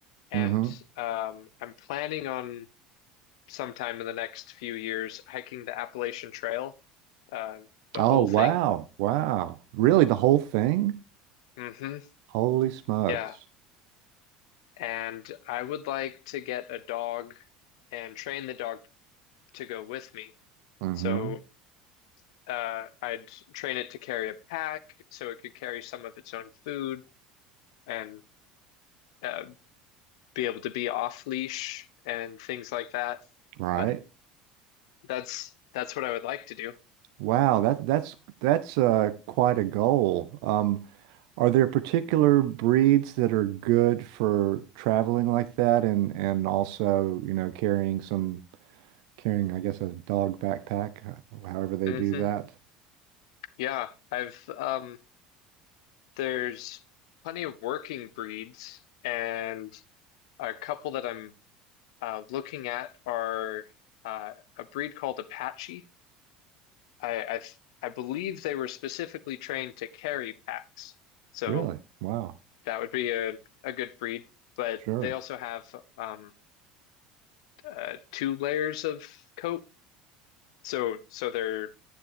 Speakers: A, on the left; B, on the right.
A: and
B: Mm-hmm.
A: um I'm planning on sometime in the next few years hiking the Appalachian Trail, uh the
B: Oh,
A: whole
B: wow.
A: thing.
B: Wow. Really, the whole thing?
A: hmm
B: Holy smokes.
A: Yeah. And I would like to get a dog and train the dog to go with me.
B: Mm-hmm.
A: So uh, I'd train it to carry a pack so it could carry some of its own food and uh, be able to be off leash and things like that.
B: Right.
A: But that's that's what I would like to do.
B: Wow, that that's that's uh quite a goal. Um, are there particular breeds that are good for traveling like that and and also, you know, carrying some carrying, I guess, a dog backpack, h- however they
A: hmm
B: do that.
A: Yeah, I've um, there's plenty of working breeds, and a couple that I'm uh, looking at are uh, a breed called Apache I I I believe they were specifically trained to carry packs, so
B: Really? Wow.
A: that would be a a good breed. But
B: Sure.
A: they also have um uh, two layers of coat, so so they're